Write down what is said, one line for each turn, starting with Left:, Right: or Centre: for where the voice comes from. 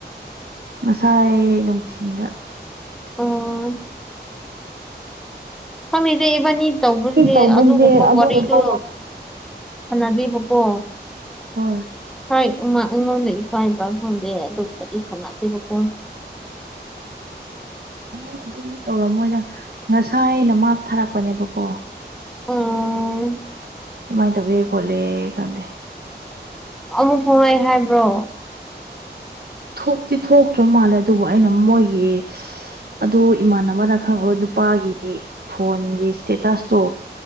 Right: ꯉꯁꯥꯏ ꯅꯨꯡꯊꯤꯟꯗ
Centre: ꯑꯣ ꯈꯪꯗꯦꯗ ꯏꯕꯅꯤ ꯇꯧꯕꯗꯨꯗꯤ
Right: ꯇꯧꯕꯁꯦ
Centre: ꯑꯗꯨꯒꯨꯝꯕ
Right: ꯑꯗꯨꯒꯨꯝꯕ
Centre: ꯋꯥꯔꯤꯗꯨ ꯁꯅꯗꯦꯕꯀꯣ
Right: ꯍꯣꯏ
Centre: ꯍꯥꯏ ꯎꯃ ꯑꯩꯉꯣꯟꯗ ꯏꯄꯥ ꯏꯄꯥ ꯐꯪꯗꯦ ꯑꯇꯣꯞꯄꯗꯤ ꯁꯅꯥꯗꯦꯕ ꯀꯣ
Right: ꯎꯝ ꯑꯗꯨ ꯇꯧꯔꯝꯃꯣꯏꯅ ꯉꯁꯥꯏ ꯑꯅ ꯃꯥ ꯊꯥꯔꯛꯄꯅꯦꯕꯀꯣ
Centre: ꯎꯝ
Right: ꯑꯗꯨꯃꯥꯏꯅ ꯇꯧꯋꯦ ꯈꯣꯠꯂꯦ ꯈꯪꯗꯦ
Centre: ꯑꯃꯨꯛ ꯐꯥꯎꯉꯥꯏ ꯍꯥꯏꯕ꯭ꯔꯣ
Right: ꯊꯣꯛꯇꯤ ꯊꯣꯛꯇ꯭ꯔ ꯃꯥꯜꯂꯦ ꯑꯗꯨꯕꯨ ꯑꯩꯅ ꯃꯣꯏꯒꯤ ꯑꯗ ꯏꯃꯥꯟꯅꯕꯅ ꯈꯪꯒ ꯅꯨꯄꯥꯒꯤ ꯐꯣꯟꯒꯤ ꯏꯁꯇꯦꯇꯥꯁꯇꯣ